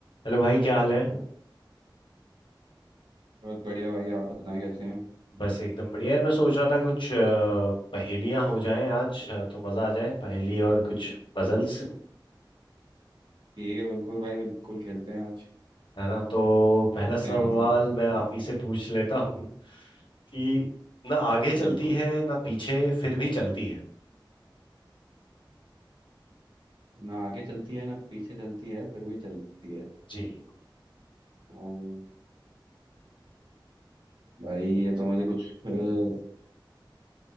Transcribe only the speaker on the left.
Hello भाई क्या हाल है
बस एकदम बढ़िया यार मैं सोच रहा था कुछ अ, पहेलियां हो जाएं आज अ, तो मज़ा आ जाए पहेली और कुछ पजल्स
है ना तो पहला
सवाल
मैं आप
ही से पूछ लेता हूँ कि ना आगे चलती
है ना पीछे फिर भी चलती है
जी